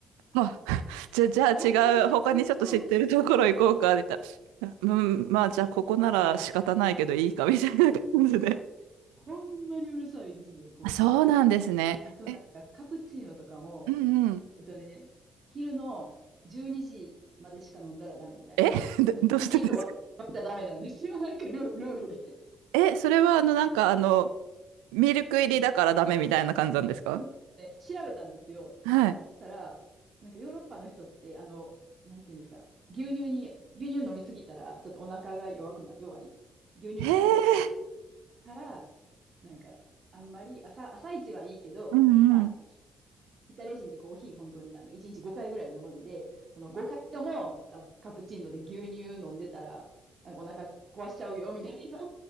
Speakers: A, on the right; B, on the right.
A: あ、じゃ、じゃあ
B: ほんまに、
A: 違う、他にちょっと知ってるところ行こうか、
B: うわ
A: みたいな。うん、まあじゃあここなら仕方ないけどいいか、みたいな感じで。
B: うん。ほんまにうるさいですね、コーヒー。
A: あ、そうなんですね。
B: ああとなんか、
A: え、
B: カプチーノとかも、
A: うんうん。
B: えっとね、昼の12時までしか飲んだらダメみたいな。
A: え <laughs> どどうしてですか
B: 1時以降は飲んだらダメなんですよ。なんかル、ルールで。
A: え、それはあの、なんかあの、ミルク入りだからダメみたいな感じなんですか
B: なんかそ、そ調べたんですよ。
A: はい。
B: そしたら、なんかヨーロッパの人って、あの、なんていうんですか、牛乳に、牛乳飲みすぎたら、ちょっとお腹が弱くな、弱い。牛乳に対して、
A: へえ、
B: から、なんか、あんまり朝、朝一はいいけど、
A: うんうん。
B: まあ、イタリア人ってコーヒー本当になんか1日5回ぐらい飲むんで、その5回ともカプチーノで牛乳飲んでたら、なんかお腹壊しちゃうよみたいな